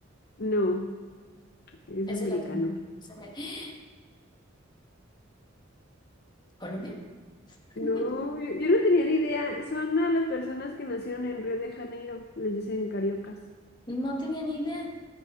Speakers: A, on the left; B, on the left.
A: No, es
B: ¿Es
A: americano.
B: el latino? Se me- ¡Ah! ¿Colombia?
A: No,
B: <laughs>
A: yo, yo no tenía ni idea. Son a las personas que nacieron en Río de Janeiro, les dicen cariocas.
B: No tenía ni idea.